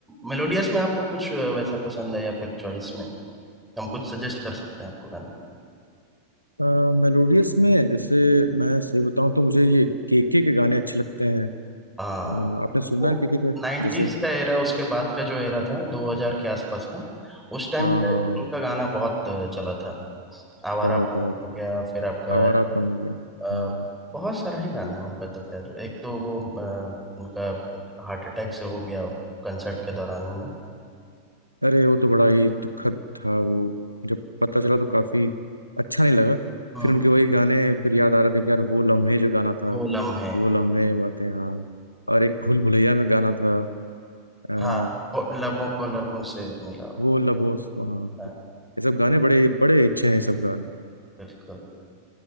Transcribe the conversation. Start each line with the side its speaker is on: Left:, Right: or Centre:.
Centre: मेलोडियस में आपको कुछ अ, वैसा पसंद है या फिर चॉइस में हम कुछ सजेस्ट कर सकते हैं आपको गाना
Left: हाँ मेलोडियस में जैसे मैं सही बताऊं तो मुझे ये केके के गाने अच्छे लगते हैं
Centre: हाँ
Left: अ, आपने सुना
Centre: वो
Left: है केके के
Centre: नाइन्टीज
Left: जैसे
Centre: का एरा उसके बाद का जो एरा था 2000 के आसपास का उस टाइम
Left: हाँ
Centre: पे
Left: हाँ हाँ,
Centre: उनका गाना बहुत अ, चला था आवारापन
Left: बहुत बहुत
Centre: हो गया फिर आपका
Left: आवारापन हो गया हम्म।
Centre: अ, बहुत सारा ही गाना है उनका तो खैर एक तो वो अ, उनका हार्ट अटैक से हो गया कंसर्ट के दौरान ही ना
Left: अरे वो तो बड़ा ही दुखद था वो जब पता चला तो काफी अच्छा नहीं लगा
Centre: हम्म।
Left: फिर उनके वही गाने फिर याद आ रहे थे कि यार वो लम्हे जो गाना था
Centre: वो लम्हे
Left: वो लम्हे बातें हाँ और एक भूल भुलैया में गाना था अ,
Centre: हाँ वो लबों
Left: अ,
Centre: को लबों से मिलाओ
Left: वो लबो हाँ
Centre: हाँ
Left: ये सब गाने बड़े बड़े अच्छे हैं ये सब गाने
Centre: बिल्कुल